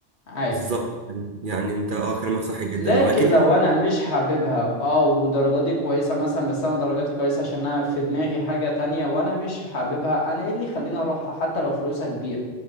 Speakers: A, on the left (about 65°); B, on the right (about 50°).
A: عادي
B: بالظبط يعني انت اه كلامك صح
A: لكن
B: جدا واكيد
A: لو انا مش حاببها اه ودرجاتي كويسه مثلا بس انا درجاتي كويسه عشان انا في دماغي حاجه تانية وانا مش حاببها انا ايه اللي يخليني اروحها حتى لو فلوسها كبيره